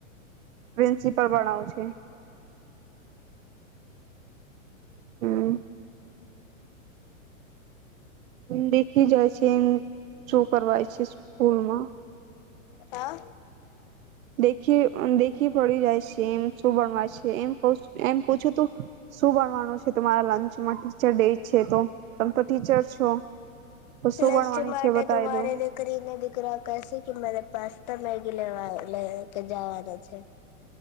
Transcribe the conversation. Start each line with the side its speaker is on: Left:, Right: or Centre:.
Right: પ્રિન્સિપલ બનાવુ છે. હમ્મ એમ દેખી જાય છે. એમ શું કરવાય છે, સ્કૂલમાં
Left: હા
Right: દેખી દેખી પડી જાય છે. એમ શું ભણવા છે, એમ ક એમ પૂછ્યું તું શું ભણવાનું છે, તમારા લંચમાં ટીચર ડે છે તો તમે તો ટીચર છો. તો શું
Left: લંચ
Right: ભણવાની
Left: માટે
Right: છે બતાવી
Left: તુંરે
Right: દો
Left: દી કરીરી ને દીકરા કસે કે મારે પાસે મેગી લેવા લે કે જવાના છે